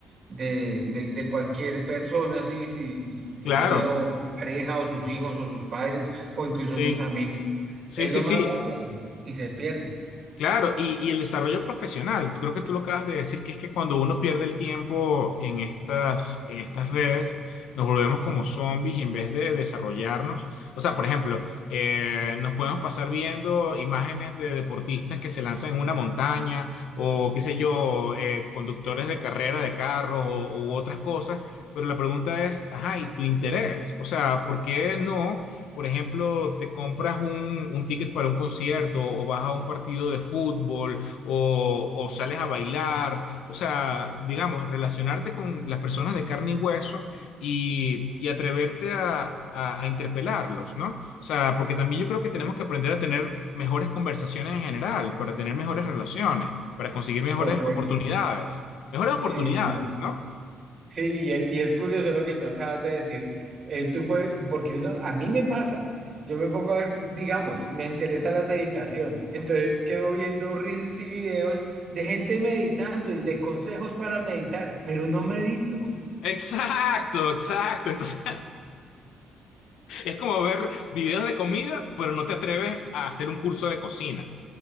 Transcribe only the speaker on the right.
de, de, de cualquier persona, sí, si, si si
tiene o su pareja o sus hijos o sus padres o incluso
sus amigos,
es
lo
más básico y se pierde.
Correcto,
sí, sí,
sí, y es, y es curioso lo que tú acabas de decir. Eh, tú puedes, porque uno, a mí me pasa, yo me pongo a ver, digamos, me interesa la meditación, entonces quedo viendo reels y videos de gente meditando y de consejos para meditar, pero no medito.